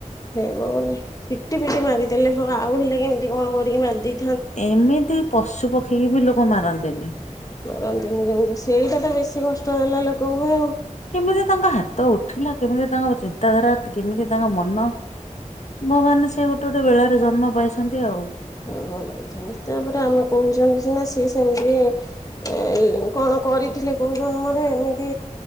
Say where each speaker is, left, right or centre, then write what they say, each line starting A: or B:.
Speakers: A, on the left; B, on the left.
A: ହେବ ବୋଲି ପିଟି ପିଟି ମାରିଦେଲେ ଆଉ ହେଲେ କେମିତି କଣ କରିକି ମାରିଦେ
B: ଏମିତି ପଶୁ ପକ୍ଷୀ ବି ଲୋକ ମାରନ୍ତେନି।
A: ମାରନ୍ତିନି ଯେମିତି ସେଇଟା ତ ବେଶୀ କଷ୍ଟ ଦେଲା ଲୋକଙ୍କୁ।
B: କେମିତି ତାଙ୍କ ହାତ ଉଠିଲା କେମିତି ତାଙ୍କ ଚିନ୍ତାଧାରା କେମିତି ତାଙ୍କ ମନ? ମୋ ମାନେ ସିଏ ଗୋଟେ ଗୋଟେ ବେଳାରେ ଜନ୍ମ ପାଇଛନ୍ତି ଆଉ।
A: ମୋବାଇଲ ସେମିତି ତାପରେ ଆମେ କହୁଛନ୍ତି ସିନା ସିଏ ସେମିତି ଏ କଣ କରିଥିଲେ କଉ ଜନ୍ମରେ ଏମିତି